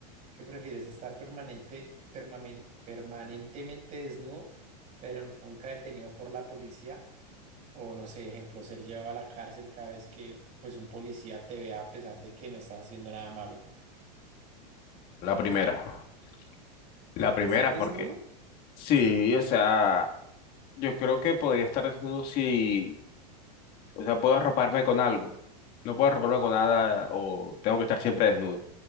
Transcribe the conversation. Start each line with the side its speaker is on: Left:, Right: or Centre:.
Right: ¿qué prefieres? ¿Estar permanente, permamen- permanentemente desnudo, pero nunca detenido por la policía? O no sé, ejemplo, ser llevado a la cárcel cada vez que pues un policía te vea a pesar de que no estás haciendo nada malo.
Left: La primera. La primera,
Right: ¿Estar desnudo?
Left: porque sí, o sea, yo creo que podría estar desnudo si, o sea, puedo arroparme con algo. No puedo arroparme con nada o tengo que estar siempre desnudo.